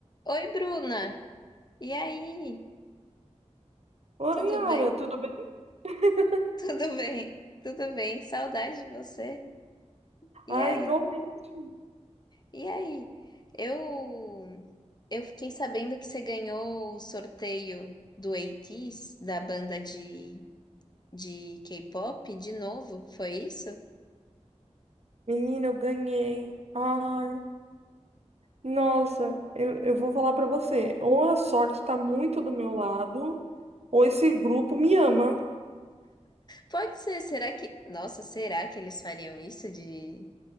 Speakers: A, on the left; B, on the right.
A: Oi, Bruna! E aí?
B: Oi,
A: Tudo
B: Yara,
A: bem?
B: tudo bem? <laughs>
A: <laughs> Tudo bem, tudo bem. Saudade de você. E
B: Ai,
A: aí?
B: igualmente.
A: E aí? Eu eu fiquei sabendo que você ganhou o sorteio do ATEEZ, da banda de, de K-pop, de novo, foi isso?
B: Menina, eu ganhei. Ai, nossa, eu, eu vou falar pra você. Ou a sorte tá muito do meu lado, ou esse grupo me ama.
A: Pode ser, será que... Nossa, será que eles fariam isso de,